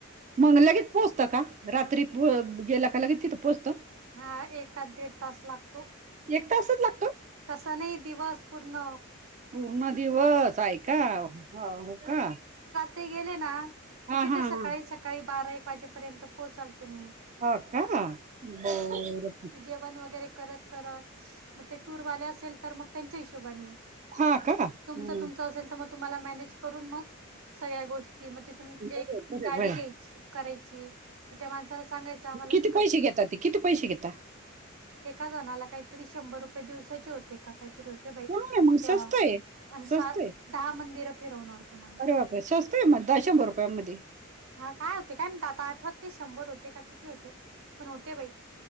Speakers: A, on the right (about 35°); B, on the right (about 75°).
A: मग लगेच पोहोचतं का? रात्री गेल्या का लगेच तिथं पोहोचतं?
B: हा एकात दीड तास लागतो.
A: एक तासच लागतो
B: तसा नाही दिवस पूर्ण.
A: पूर्ण दिवस आहे का? हो का?
B: ते गेले ना तर
A: हा
B: तिथे
A: हा
B: सकाळी
A: हा
B: सकाळी बारा एक वाजेपर्यंत पोहोचाल तुम्ही.
A: हा का बर
B: म जेवण वगैरे करत करत म ते टूर वाले असेल तर मग त्यांच्या हिशोबाने.
A: हा का हम्म.
B: तुमचं तुमचं असेल तर मग तुम्हाला मॅनेज करून मग सगळ्या गोष्टी मग तिथून
A: बरं,
B: एक
A: बरं,
B: गाडी
A: बरं.
B: घ्यायची करायची. त्या माणसाला सांगायचं आम्हाला
A: किती
B: तिकट
A: पैसे घेता ते किती पैसे घेता
B: एका जणाला काहीतरी शंभर रुपये दिवसाचे होते का काहीतरी होते बाई.
A: नाही मग
B: तेव्हा
A: स्वस्त आहे,
B: आणि सा
A: स्वस्त आहे.
B: दहा मंदिरं फिरवणार तो माणूस.
A: अरे बापरे! स्वत आहे म द शंभर रुप <unintelligible>
B: हा, काय होते काय माहीत आता आठवत ते शंभर होते का किती होते पण होते बाई.